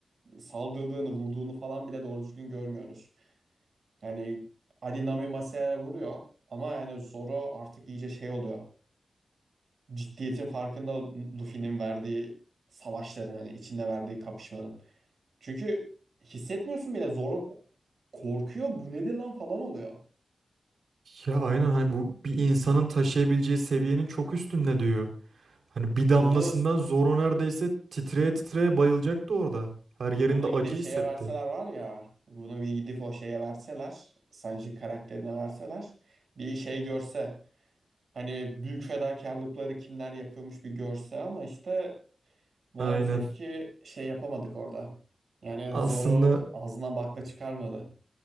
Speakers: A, on the right; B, on the right.
A: saldırdığını, vurduğunu falan bile doğru düzgün görmüyoruz. Yani Ali Nami Masaya vuruyor ama yani Zoro artık iyice şey oluyor. Ciddiyetin farkında Luffy'nin verdiği savaşların hani içinde verdiği kapışmanın. Çünkü hissetmiyorsun bile Zoro korkuyor. Bu nedir lan falan oluyor.
B: Ya aynen hani bu bir insanın taşıyabileceği seviyenin çok üstünde diyor. Hani bir damlasından
A: Bunu
B: Zoro neredeyse titreye titreye bayılacaktı orada. Her yerinde
A: Bunu gidip
B: acı
A: şeye
B: hissetti.
A: verseler var ya, bunu bir gidip o şeye verseler, Sanji karakterine verseler, bir şey görse, hani büyük fedakarlıkları kimler yapıyormuş bir görse ama işte maalesef
B: Aynen.
A: ki şey yapamadık orada. Yani
B: Aslında
A: Zoro ağzına bakla çıkarmadı.